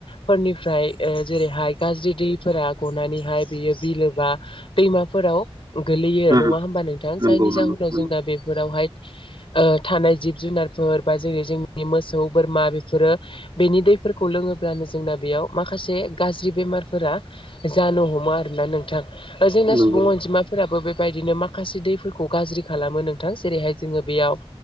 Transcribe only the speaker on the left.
फोरनिफ्राय ओ जेरैहाय गाज्रि दैफोरा गनानैहाय बियो बिलो मा दैमाफोराव गोलैयो
नङा होमबा नोंथां
जायनि
जाहोनाव जोंना बेफोरावहाय ओ थानाय जिब जुनारफोर बा जेरै जोंनि मोसौ बोरमा बेफोरो बेनि दै फोरखौ लोङोब्लानो जोंना बेयाव माखासे गाज्रि बेमारफोरा जानो हमो आरोना नोंथां जोंना
सुबुं अनजिमाफोराबो बेबायदिनो माखासे दैफोरखौ गाज्रि खालामो नोंथां जेरैहाय जोङो बेयाव